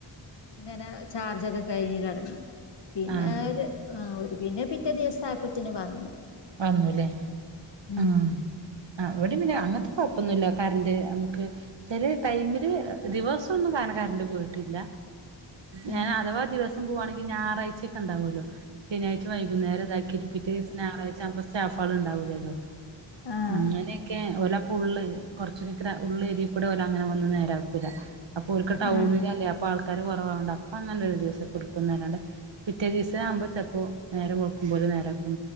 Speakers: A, on the left; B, on the right.
A: ഇങ്ങനെ ചാർജൊക്കെ കഴിഞ്ഞ് കടന്ന്. പിന്നോര്
B: ആഹ്
A: ആ ഒരു പിന്നെ പിറ്റേ ദിവസായപ്പത്തിന് വന്ന്.
B: വന്നുല്ലേ
A: ഉം
B: ആ ആവ് അങ്ങൻത്തെ കൊഴപ്പൊന്നുല്ല കറണ്ട് നമുക്ക് ചെല ടൈമില് ദിവസൊന്നും കാണ കറൻ്റ് പോയിട്ടില്ല
A: ആഹ്
B: ഞാൻ അഥവാ ദിവസം പോവാണെങ്കി ഞായറാഴ്ചൊക്കെ ണ്ടാവോലോ ശനിയാഴ്ച്ച വൈകുന്നേര താക്കിട്ട് പിറ്റെ ദീസം ഞറാഴ്ച അപ്പ സ്റ്റാഫാള് ഉണ്ടാവൂലല്ലോ
A: ആഹ്
B: അങ്ങനെയൊക്കെ ഓല ഉള് കൊറച് നിക്ക്ണ ഉള്ള് ഏരീകൂടെ ഓലഅങ്ങനെ വന്നു നേരാക്കൂല. അപ്പൊ ഓല്ക്ക് ടൗണിലല്ലേ
A: ആഹ്
B: അപ്പ ആൾ ആക്കാര് കുറവാവോണ്ട് അപ്പോ അങ്ങനെ ഒരു ദിവസൊക്കെടുക്കുന്നല്ലാണ്ട് പിറ്റേ ദീസാവുമ്പോൾ ചെലപ്പോ നേരം വെൾക്കുമ്പോല് നേരാക്കും.